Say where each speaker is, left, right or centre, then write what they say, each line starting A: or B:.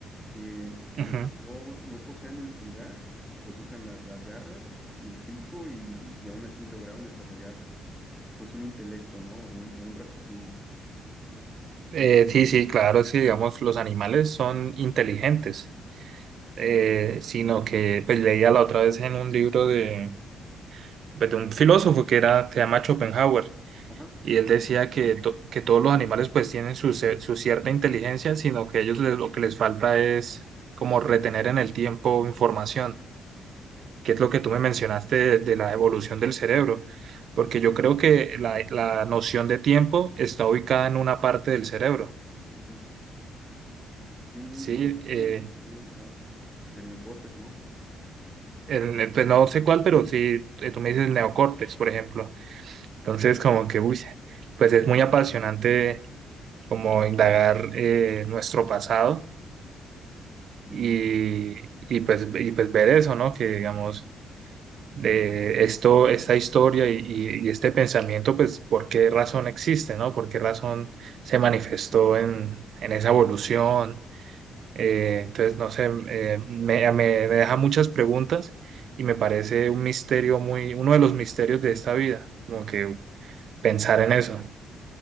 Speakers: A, in the centre; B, on the right (about 65°).
A: que aunque
B: Ujú.
A: no, no posean el pulgar, pues usan las, las garras y el pico y, y aún así lograron desarrollar pues un intelecto, ¿no? O un, o un raciocinio.
B: Eh, sí, sí, claro, sí, digamos, los animales son inteligentes, eh, sino que pues, leía la otra vez en un libro de, pues, de un filósofo que era, se llama Schopenhauer,
A: Ajá,
B: y
A: sí.
B: él decía que, to- que todos los animales pues tienen su, ce- su cierta inteligencia, sino que ellos les- lo que les falta es como retener en el tiempo información, que es lo que tú me mencionaste de, de la evolución del cerebro, porque yo creo que la, la noción de tiempo está ubicada en una parte del cerebro,
A: ujú. Sí,
B: ¿sí? Eh,
A: el desarrollo, ajá, del neocórtex, ¿no?
B: el- pues no sé cuál, pero sí, eh, tú me dices el neocórtex, por ejemplo. Entonces, como que, uy, pues es muy apasionante como indagar eh, nuestro pasado
A: Sí,
B: y, y, pues, y pues ver eso, ¿no? Que digamos, de esto, esta historia y, y- y este pensamiento, pues por qué razón existe, ¿no? ¿Por qué razón se manifestó en, en esa evolución? Eh, entonces, no sé, eh, me, me- me deja muchas preguntas y me parece un misterio muy, uno de los misterios de esta vida, como que pensar en eso.